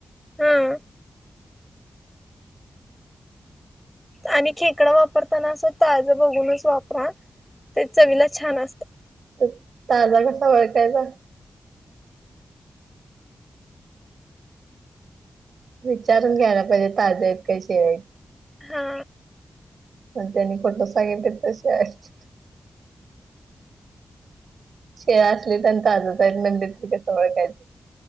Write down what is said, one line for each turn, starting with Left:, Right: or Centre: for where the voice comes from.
Centre: हा. आणि खेकडं वापरताना असं ताज बघूनच वापरा. ते चवीला छान असतात.
Right: तर ताजा कसा वळखयचा? विचारून घ्यायला पाहिजे ताज्या आहेत कसे आहेत.
Centre: हा
Right: मग त्यांनी खोटं सांगितले तसे आहेत. शेळा असली तर ताजत आहेत म्हण द त कसं ओळखायचं?